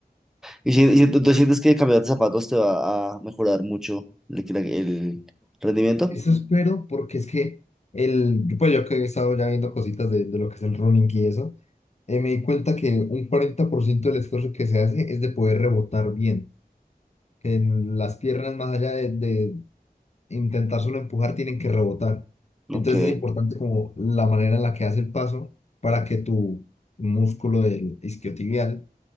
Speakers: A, in the centre; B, on the left.
A: Y si, y si tú tú sientes que cambiar de zapatos te va a mejorar mucho el, el rendimiento,
B: Eso espero, porque es que el, pues yo que he estado ya viendo cositas de, de lo que es el running y eso, eh, me di cuenta que un 40% del esfuerzo que se hace es de poder rebotar bien. Que en las piernas, más allá de, de intentar solo empujar, tienen que rebotar.
A: ok,
B: Entonces es importante como la manera en la que hace el paso para que tu músculo del isquiotibial